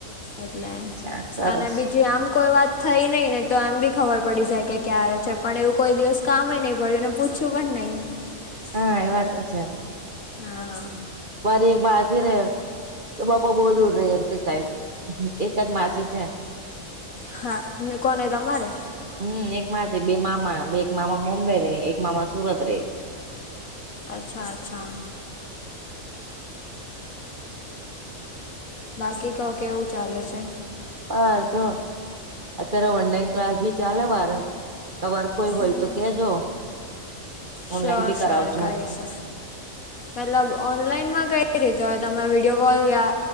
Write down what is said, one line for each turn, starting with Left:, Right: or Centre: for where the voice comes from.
Left: એટલે
Right: અચ્છા સરસ
Left: અને બીજી આમ કોઈ વાત થઈ નઈ ની તો એમ બી ખબર પડી જાય કે ક્યારે છે પણ એવું કોઈ દિવસ કામે નઈ પડ્યું ને પૂછયું પણ નઈ. <unintelligible>
Right: હા એ વાતે છે.
Left: હા.
Right: મારી એક માછી રે એ બાપા બો દૂર રેય એમ-પી સાઈડ એક જ માસી છે.
Left: હા ને કોને તમારે?
Right: હમ એક માસી બે મામા બે એક મામા મોમ્બે રેય એક મામા સુરત રેય.
Left: અચ્છા અચ્છા. બાકી કો કેવું ચાલે છે?
Right: આ જો અત્યારે ઓનલાઈન ક્લાસ ભી ચાલે મારે. તમાર કોઈ
Left: હમ
Right: હોય તો કેજો.
Left: શ્યોર
Right: ઓનલાઈન ભી
Left: શ્યોર
Right: કરાવ છું.
Left: કહીશ મતલબ ઓનલાઈનમાં કઈ રીતે હોય તમે વિડીયો કોલ યા?